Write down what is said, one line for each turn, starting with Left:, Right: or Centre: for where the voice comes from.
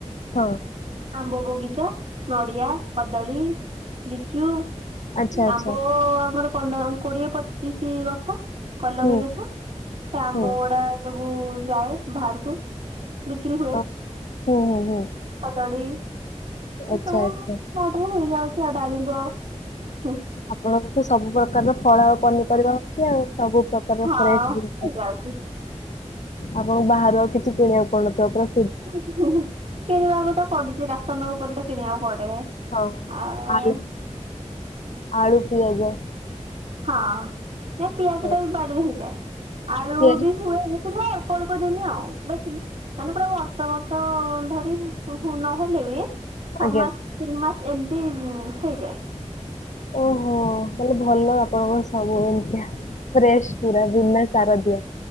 Left: ହଁ
Right: ଆମ୍ବ ବଗିଚା ନଡ଼ିଆ କଦଳୀ ଲିଚୁ
Left: ଆଚ୍ଛା ଆଚ୍ଛା
Right: ଆମ୍ବ ଆମର ପନ୍ଦର କୋଡିଏ ପଚିଶି ଗଛ କଲମୀ
Left: ହୁଁ
Right: ଗଛ ସେ ଆମ୍ବ
Left: ହୁଁ
Right: ଗୁଡା ସବୁ ଯାଏ ବାହାରକୁ ବିକ୍ରି ହୁଏ
Left: ଅ ହୁଁ ହୁଁ ହୁଁ
Right: କଦଳୀ ଏସବୁ
Left: ଆଚ୍ଛା ଆଚ୍ଛା
Right: ମୋର ହେଇଯାଉଛି ଏହା ଡାଳିମ୍ବ ହୁଁ,
Left: ଆପଣ ସବୁ ପ୍ରକାରର ଫଳ ଆଉ ପନିପରିବା ହଉଚି ଆଉ ସବୁ ସବ ପ୍ରକାର
Right: ହଁ
Left: ଫ୍ରେସ <unintelligible>
Right: ହେଇଯାଉଛି
Left: ଆପଣଙ୍କୁ ବାହାରର କିଛି କିଣିବାକୁ ପଡୁନଥିବ ପରା
Right: ହୁ ହୁ--କିଣିବାକୁ ତ ପଡୁଛି ରା ନ ଉ କରୁଛ କିଣିଆଉ ବଡେ ଆଉ
Left: ହଁ, ଆଳୁ ଆଳୁ, ପିଆଜ।
Right: ହଁ। ନାଇ ପିଆଜ
Left: ଏ,
Right: ଟା ବି ବାଡିରେ ହେଇଯାଏ। ଆଳୁ
Left: ପିଆଜ
Right: ବି ହୁଏ। କିନ୍ତୁ ଏ ଅଳ୍ପ ଅଳ୍ପ ଦିନି ଆଉ ବେଶୀ, ମାନେ ପୁରା ବର୍ଷ ବର୍ଷ ଧରି ନହେଲେ ବି ଛଅ
Left: ଆଜ୍ଞା।
Right: ମାସ ତିନି ମାସ ଏମିତି ହୁଁ ହେଇଯାଏ।
Left: ଓହୋ, ତାଲେ ଭଲ ଆପଣଙ୍କର ସବୁ ଏମିତିଆ। ଫ୍ରେଶ ପୁରା ବିନା ସାର ଦିଆ।